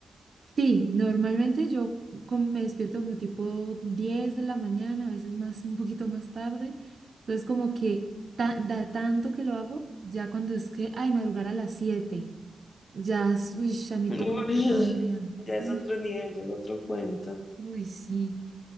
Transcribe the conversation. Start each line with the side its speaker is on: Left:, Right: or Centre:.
Right: Sí, normalmente yo como me despierto como tipo 10 de la mañana, a veces más, un poquito más tarde. Entonces como que ta- da tanto que lo hago, ya cuando es que, ay, madrugar a las 7 ya, es- uy, chamito
Left: <laughs>
Right: como que
Left: Uy,
Right: todo el día.
Left: Ya
Right: Uf,
Left: es otro nivel, ya es otro cuento.
Right: uy, sí.